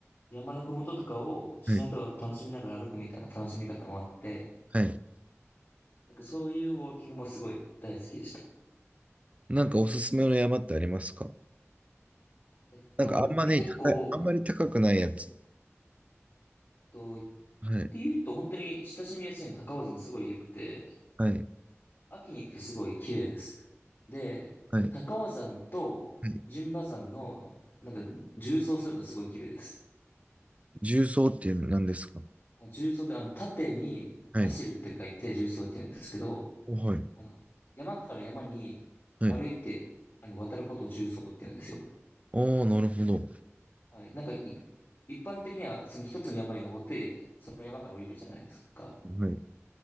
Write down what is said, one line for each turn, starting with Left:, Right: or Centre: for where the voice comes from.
Left: 山のふもととかを自然と楽しみながら歩くみたいな楽しみ方もあって、
Right: はい。はい。
Left: なんかそういうウォーキングもすごい大好きでした。
Right: なんかおすすめの山ってありますか
Left: えっと、
Right: なんかあんまね、
Left: え、結構、
Right: 高いあんまり高くないやつ。
Left: えっと
Right: はい、
Left: ていうと、本当に親しみやすいの高尾山すごい良くて、
Right: はい、
Left: 秋に行くとすごい綺麗です。で、
Right: はい、
Left: 高尾山と陣馬山の、
Right: はい。
Left: なんか、縦走するとすごい綺麗です。
Right: 重曹っていうの何ですか
Left: あ縦走で、あの、縦に走るって書いて縦走って言うんですけど、
Right: はい、おはい、
Left: あの、山から山に歩いて、
Right: はい。
Left: あの、渡ることを縦走って言うんですよ。
Right: おー、なるほど。は
Left: はい。なんかい、一般的には、その一つの山に登って、その山から降りるじゃないですか。
Right: い、